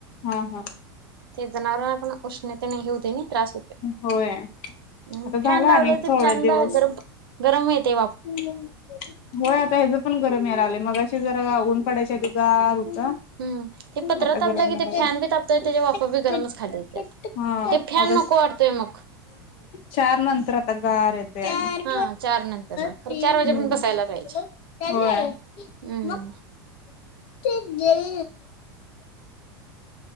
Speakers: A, on the left (about 55°); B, on the right (about 80°).
A: हा हा
B: ते जनावरांना पण उष्णतेने हे होतय नी त्रास होतय
A: होय आता झाला
B: फॅन लावल
A: अनेक
B: ते
A: थोडे
B: फॅनला
A: दिवस
B: गरम ऊन येतंय.
A: होय आता हेच पण गरम याय लागलंय मगाशी जरा बघा ऊन पडायच्या आधी गार हो आता
B: हम्म ते पत्रा
A: आता
B: तापला
A: गरम
B: की
A: यायलागलाय.
B: ते फॅन बी तापतय त्याच्या वाफा बी गरमच खाली येत्यात.
A: हा
B: ते फॅन
A: आता
B: नको वाटतोय मग
A: चार नंतर आता गार येतय आणि
B: हा चार नंतर ना
A: हम्म-हम्म
B: खरं चार वाजेपर्यंत बसायला पाहिजे.
A: होय <inaudible>
B: हम्म
A: जाय